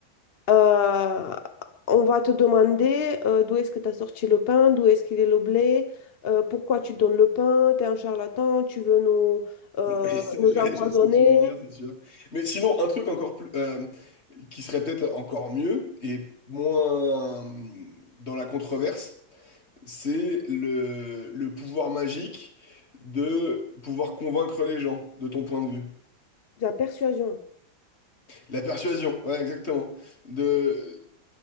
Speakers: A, on the left; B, on the left.
A: Euh, on va te demander euh, d'où est-ce que tu as sorti le pain, d'où est-ce qu'il est le blé, euh, pourquoi tu donnes le pain, tu es un charlatan, tu veux nous, euh,
B: <laughs> Oui, ça,
A: nous
B: je vois
A: empoisonner.
B: je vois ce que tu veux dire, c'est sûr. Mais sinon, un truc encore plus, euh, qui serait peut-être encore mieux et moins euh, dans la controverse, c'est le, le pouvoir magique de pouvoir convaincre les gens, de ton point de vue.
A: De la persuasion.
B: La persuasion, ouais, exactement. De,